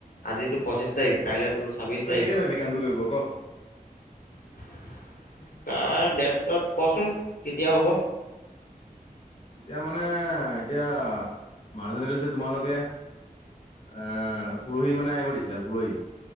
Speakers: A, on the left; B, on the left.
A: আজিতো পঁচিছ তাৰিখ কাইলৈ তোৰ ছাব্বিছ
B: তই
A: তাৰিখ
B: কেতিয়া পাৰিবি কামটো কৰিব ক'।
A: <unintelligible> ডেট তট কচোন কেতিয়া হ'ব।
B: এতিয়া মানে এতিয়া, মানুহজনে কৈছে তোমালোকে অ' পুৰহি মানে আহিব দিছিলে পুৰহি।